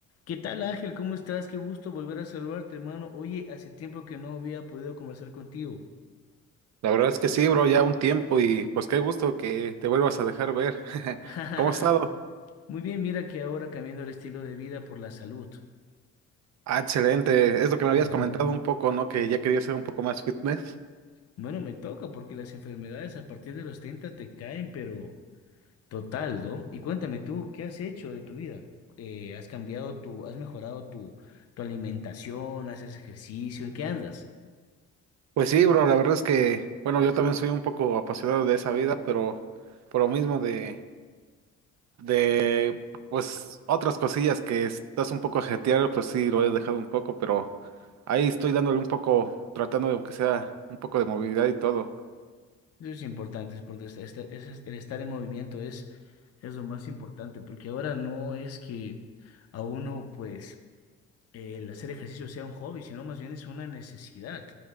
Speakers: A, on the left; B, on the right.
A: ¿Qué tal, Ángel? ¿Cómo estás? Qué gusto volver a saludarte, hermano. Oye, hace tiempo que no había podido conversar contigo.
B: La verdad es que sí, bro, ya un tiempo y pues qué gusto que te vuelvas a dejar ver. <laughs>
A: <laughs>
B: ¿Cómo has estado?
A: Muy bien, mira que ahora cambiando el estilo de vida por la salud.
B: Ah, excelente. Es lo que me
A: Ujú.
B: habías comentado un poco, ¿no? Que ya quería ser un poco más fitness.
A: Bueno, me toca porque las enfermedades a partir de los 30 te caen, pero total, ¿no? Y cuéntame tú, ¿qué has hecho de tu vida? Eh, ¿has cambiado tu, has mejorado tu, tu alimentación? ¿Haces ejercicio? ¿En qué andas?
B: Pues sí, bro, la verdad es que, bueno, yo también soy un poco apasionado de esa vida, pero por lo mismo de, de, pues, otras cosillas que estás un poco ajetreado, pues sí, lo he dejado un poco, pero ahí estoy dándole un poco, tratando de, aunque sea un poco de movilidad y todo.
A: Eso es importante, es porque este- este- ese es- el estar en movimiento es, es lo más importante, porque ahora no es que a uno, pues, el hacer ejercicio sea un hobby, sino más bien es una necesidad.